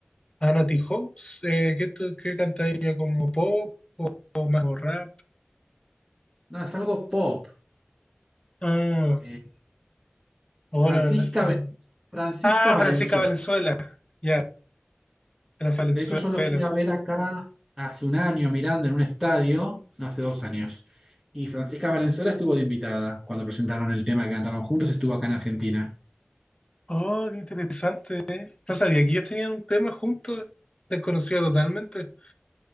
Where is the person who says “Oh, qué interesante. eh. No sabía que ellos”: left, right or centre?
Left